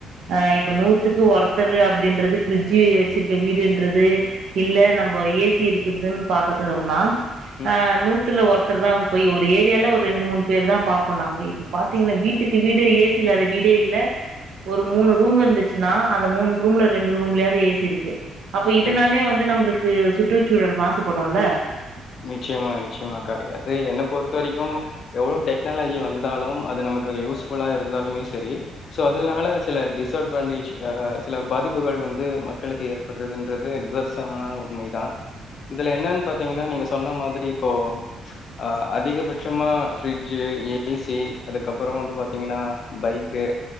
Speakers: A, on the right; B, on the left.
A: ஆ இப்ப நூத்துக்கு ஒருத்தரு அப்படின்றது பிரிட்ஜு வச்சிருக்க வீடுன்றது இல்ல நம்ம ஏசி இருக்குதுன்னு பாக்த்தோம்னா
B: ம்
A: ஆ நூத்துல ஒருத்த ஒருத்தருதா போய் ஒரு ஏரியால ஒரு ஒரு ரெண்டு மூணு பேரு தா பாப்போ நாம இப்ப பாத்தீங்கன்னா வீட்டுக்கு வீடு ஏசி இல்லாத வீடே இல்ல ஒரு மூணு ரூம் இருந்துச்சுன்னா அந்த மூணு ரூம்ல ரெண்டு ரூம்லையாது ஏசி இருக்கு அப்ப இதனாலயே
B: கண்
A: வந்து நம்மளுக்கு கு சுற்றுச்சூழல் மாசுபடும்ல
B: நிச்சயமா நிச்சயமாக்கா அது என்ன பொறுத்த வரைக்கும் எவ்வளோ டெக்னாலஜி வந்தாலும் அது நமக்கு யூஸ்புல்லா இருந்தாலுமே சரி சோ அதனால சில டிஸ்அட்வான்டேஜ் ஆ சில பாதிப்புகள் வந்து மக்களுக்கு ஏற்படுறதுன்றது நிதர்சமான உண்மை தா இதுல என்னன்னு பாத்தீங்கன்னா நீங்க சொன்ன மாதிரி இப்போ ஆ அதிகபட்சமா பிரிட்ஜ்ஜு ஏசி அதுக்கப்புறோ வந்து பாத்தீங்கன்னா பைக்கு